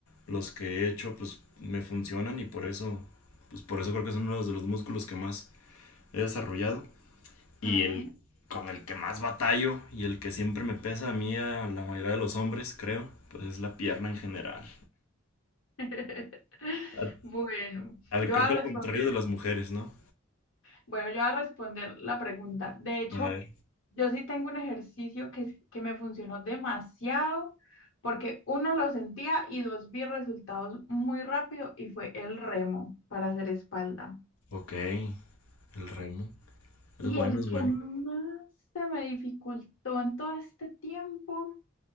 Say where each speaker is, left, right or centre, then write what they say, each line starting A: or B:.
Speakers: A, on the left; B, on the left.
A: los que he hecho pues me funcionan y por eso, pues por eso creo que son uno de los músculos que más he desarrollado. Y
B: ujú.
A: el con el que más batallo y el que siempre me pesa a mí, a la mayoría de los hombres, creo, pues es la pierna en general.
B: <laughs>
A: A-
B: Bueno,
A: al-
B: yo
A: creo
B: voy a
A: que
B: responder.
A: al contrario de las mujeres, ¿no?
B: Bueno, yo voy a responder la pregunta. De hecho,
A: A ver.
B: yo sí tengo un ejercicio que, que me funcionó demasiado porque uno lo sentía y dos vi resultados muy rápido y fue el remo para hacer espalda.
A: Ok, el remo. Es
B: Y
A: bueno,
B: el
A: es bueno.
B: que más se me dificultó en todo este tiempo